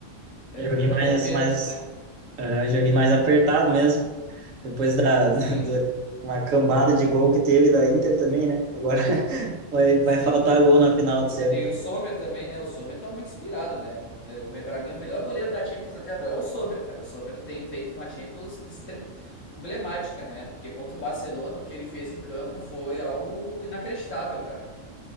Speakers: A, on the right; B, on the left.
A: Joguei
B: Eh,
A: mais,
B: ou pênaltis,
A: mais,
B: né?
A: aham, joguei mais apertado mesmo. Depois da,
B: Sim,
A: <laughs> da uma cambada de gol que teve da Inter também, né? Agora <laughs> vai, vai
B: sim.
A: faltar gol na final, de certo.
B: Tem o Sommer também, né? O Sommer tá muito inspirado, né? Um, é, o me- pra mim, o melhor goleiro da Champions até agora é o Sommer, cara. O Sommer tem feito uma Champions estre- emblemática, né? Porque contra o Barcelona, o que ele fez em campo foi algo inacreditável, cara.